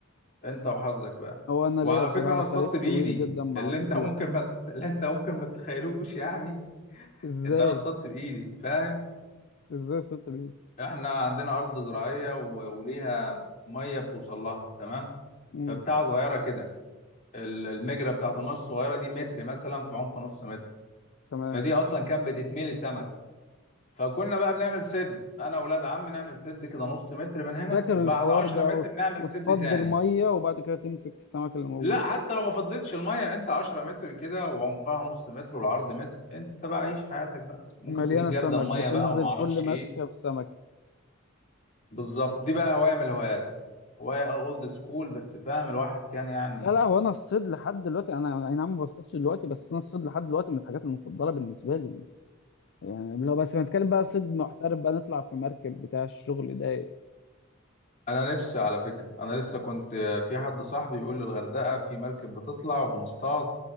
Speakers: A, on the left (about 40°); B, on the left (about 60°).
A: انت وحظك بقى
B: هو انا
A: وعلى
B: ليا بصراحة
A: فكرة انا اصطدت
B: تاريخ طويل
A: بايدي
B: جدا مع
A: اللي
B: الصيد
A: انت ممكن ما ت- اللي انت ممكن ما تتخيلوش يعني
B: ازاي؟
A: ان انا اصطدت بايدي فاهم
B: ازاي الصيد بيه؟
A: احنا عندنا ارض زراعيه و- وليها ميه بتوصل لها تمام
B: امم
A: فبتاع صغيره كده ال- المجرى بتاعت الميه الصغيره دي متر مثلا في عمق نص متر
B: تمام
A: فدي اصلا كانت بتتملي سمك فكنا بقى بنعمل سد انا واولاد عم نعمل سد كده نص متر من
B: انا
A: هنا
B: فاكر
A: وبعد
B: الحوار
A: 10
B: ده
A: متر
B: وت-
A: نعمل
B: وتفضي
A: سد تاني
B: المية وبعد كده تمسك السمك اللي موجود
A: لا حتى لو ما فضتش الميه انت 10 متر كده وعمقها نص متر والعرض متر انت بقى عيش حياتك بقى ممكن
B: مليانة
A: تجيب جردل
B: سمك
A: ميه
B: بتنزل
A: بقى وما اعرفش
B: كل ماسكة
A: ايه
B: بسمكة
A: بالظبط دي بقى هواية من الهوايات هواية اولد سكول بس فاهم الواحد كان يعني
B: لا لا هو انا الصيد لحد دلوقتي انا اي نعم ما بصطادش دلوقتي بس انا الصيد لحد دلوقتي من الحاجات المفضلة بالنسبة لي يعني يعني لو بس بنتكلم بقى صيد محترف بقى نطلع في مركب بتاع الشغل ده
A: انا نفسي على فكرة انا لسه كنت في حد صاحبي بيقول لي الغردقة في مركب بتطلع وبنصطاد